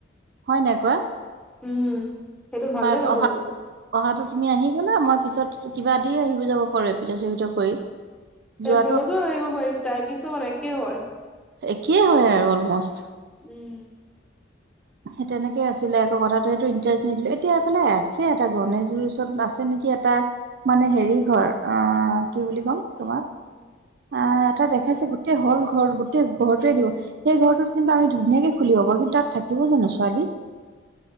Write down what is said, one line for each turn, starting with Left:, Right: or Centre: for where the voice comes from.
Right: হয়, নাই কোৱা?
Centre: উম সেইটো ভালেই
Right: বাট
Centre: হ'ল
Right: অহা-অহাটো
Centre: হয়
Right: তুমি আহি নাই, নাই, মই পিছত শিকিবা দিয়া, আহিব <unintelligible> যোৱাটো
Centre: একেলগেও আহিব পাৰিম, টাইমিংটো আমাৰ একে হয়।
Right: একেই হয় আৰু অলমষ্ট।
Centre: উম।
Right: সেই তেনেকে আছিলে আকৌ, কথাটো সেইটো ইণ্টাৰেষ্ট নিদিলে। এতিয়া এইফালে আছে এটা গণেশগুৰিৰ ওচৰত আছে নেকি এটা মানে হেৰি ঘৰ, অহ কি বুলি ক'ম তোমাক
Centre: উম।
Right: আহ এটা দেখাইছে, গোটেই হল ঘৰ গোটেই ঘৰটোৱে দিব সেই ঘৰটোত কিন্তু আমি ধুনীয়াকে খুলি হ'ব, কিন্তু তাত থাকিব জানো ছোৱালী?